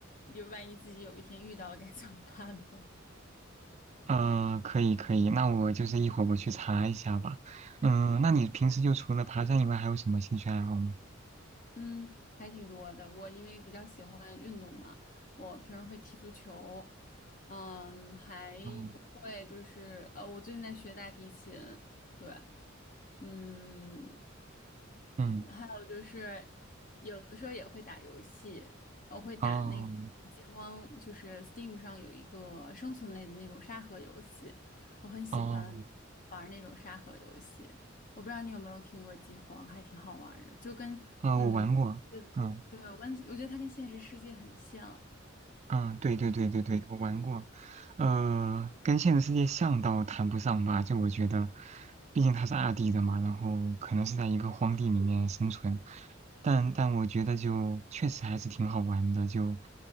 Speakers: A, on the left; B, on the right.
A: 就万一自己有一天遇到了该怎么办吗？
B: 嗯，可以可以，那我就是一会儿我去查一下吧。嗯，那你平时就除了爬山以外，还有什么兴趣爱好吗？
A: 嗯，还挺多的。我因为比较喜欢运动嘛，我平时会踢足球，嗯，还会就是呃，
B: 嗯
A: 我最近在学大提琴，对，嗯，
B: 嗯，
A: 还有就是有的时候也会打游戏，我会打那个饥荒，
B: 哦
A: 就是 Steam 上有一个生存类的那种沙盒游戏，我很喜欢
B: 哦
A: 玩那种沙盒游戏。我不知道你有没有听过饥荒，还挺好玩儿的，就跟。
B: 啊，
A: 嗯。
B: 我玩过，嗯
A: 对，我跟我觉得它跟现实世界很像。
B: 嗯，对对对对对，我玩过，呃，跟现实世界像倒谈不上吧，就我觉得，毕竟它是二 D 的嘛，然后可能是在一个荒地里面生存，但但我觉得就确实还是挺好玩的，就